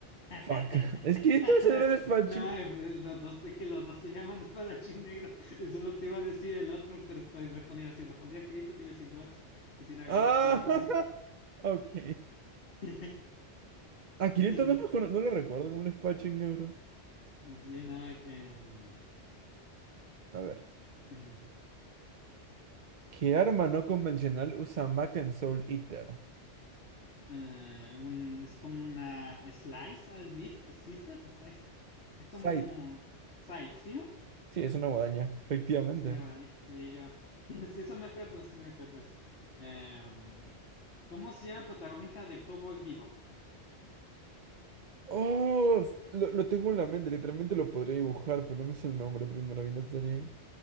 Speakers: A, on the left (about 70°); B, on the right (about 45°).
A: <laughs>
B: Fuck. <laughs> Es que esto es el espadachín.
A: No, em, los dos, es que los dos se llaman espadachín negro. <laughs> Y solo te iba a decir el otro, cu- cuál respondiera. Si respondía escrito, te iba a decir Guts. Y si era
B: Ah,
A: Guts, te iba a decir
B: <laughs> ok.
A: <laughs>
B: A Kirito
A: Sí,
B: no lo, cono- no lo recuerdo como un Spatching Neuro.
A: no, que,
B: A ver.
A: mm, mm,
B: ¿Qué arma no convencional usa Maka en Soul Eater?
A: eh, un, es como una slice, ah, slice, scissor, slice, es
B: Sight.
A: como un side, ¿sí, no?
B: Sí, es una guadaña, efectivamente.
A: Sí, una guadaña, sí, yo, <laughs> sí, eso me acuerdo, sí me acuerdo eso. Em, ¿cómo se llama el protagonista de Cowboy Bebop?
B: Oh, s- lo, lo tengo en la mente, literalmente lo podría dibujar, pero no me sé el nombre porque no la vi la serie.